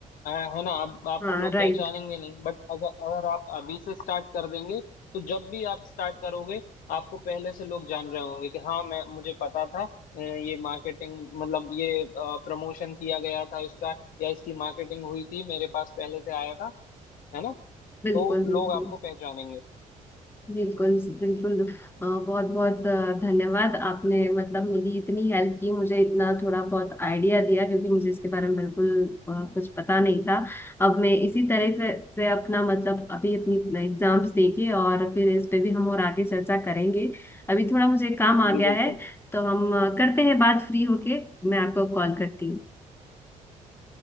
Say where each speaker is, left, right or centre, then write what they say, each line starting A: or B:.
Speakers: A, on the left; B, on the left.
A: अ, है ना आप आपको
B: हाँ
A: लोग
B: राइट
A: पहचानेंगे नहीं बट अगर अगर आप अभी से स्टार्ट कर देंगे तो जब भी आप स्टार्ट करोगे आपको पहले से लोग जान रहे होंगे कि हाँ मैं मुझे पता था अ, ये मार्केटिंग मतलब ये प्रमोशन किया गया था इसका या इसकी मार्केटिंग हुई थी मेरे पास पहले से आया था है ना
B: बिल्कुल
A: तो
B: बिल्कुल
A: लोग आपको पहचानेंगे
B: बिल्कुल बिल्कुल बहुत बहुत धन्यवाद आपने मतलब मेरी इतनी हेल्प की मुझे इतना थोड़ा बहुत आइडिया दिया क्योंकि मुझे इसके बारे में बिल्कुल अ, कुछ पता नहीं था अब मैं इसी तरह से से अपना मतलब अभी अपनी एग्जाम्स देके और फिर इस पे भी हम और आगे चर्चा करेंगे अभी थोड़ा मुझे काम आ
A: जी
B: गया
A: बिल्कुल
B: है तो हम अ, करते हैं बात फ्री होके मैं आपको कॉल करती हूँ